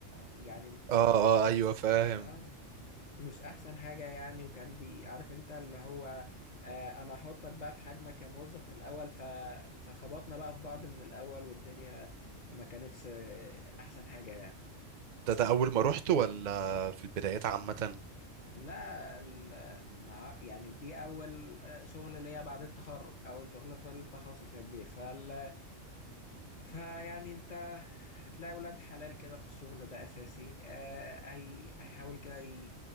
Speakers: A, on the left; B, on the right.
A: يعني م-
B: آه
A: مش
B: آه أيوه فاهم
A: اه مش احسن حاجة يعني وكان بيعرف انت اللي هو آه انا هحطك بقى في حجمك كموظف من الاول ف... فخبطنا بقى في بعض من الاول والدنيا ما كانتش آه، احسن حاجة يعني
B: ده ده أول ما رحت ولا في البدايات عامة؟
A: لا ال- ما يعني دي اول آه، شغل ليا بعد التخرج اول شغل في التخصص يا كبير فال فيعني انت هتلاقي ولاد حلال كده في الشغل ده اساسي آه، هي هيحاول كده ي...